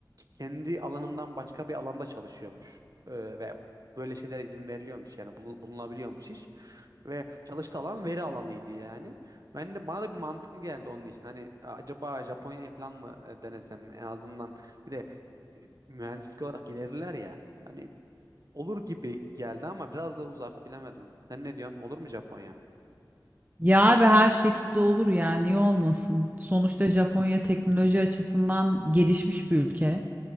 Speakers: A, on the right; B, on the right.
A: kendi alanından başka bir alanda çalışıyormuş. E, ve böyle şeyler izin veriliyormuş yani bulu- bulunabiliyormuş iş. ve çalıştığı alan veri alanıydı yani. Ben de bana da bir mantıklı geldi onun için. Hani acaba Japonya'ya falan mı e, denesem en azından bir de e, mühendislik olarak ilerler ya. Hani Olur gibi geldi ama biraz da uzak bilemedim. Sen ne diyorsun? Olur mu Japonya?
B: Ya abi her şekilde olur ya niye olmasın? Sonuçta Japonya teknoloji açısından gelişmiş bir ülke.